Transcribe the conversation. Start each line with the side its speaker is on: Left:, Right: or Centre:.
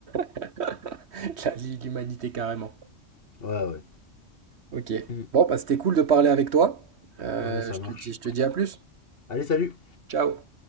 Right: <laughs> La Ligue de l'humanité carrément.
Left: ouais, ouais.
Right: Ok.
Left: Mm.
Right: Bon, bah, c'était cool de parler avec toi. Euh,
Left: Ouais, ça
Right: je
Left: marche.
Right: te dis, je te dis à plus.
Left: Allez, salut!
Right: Ciao.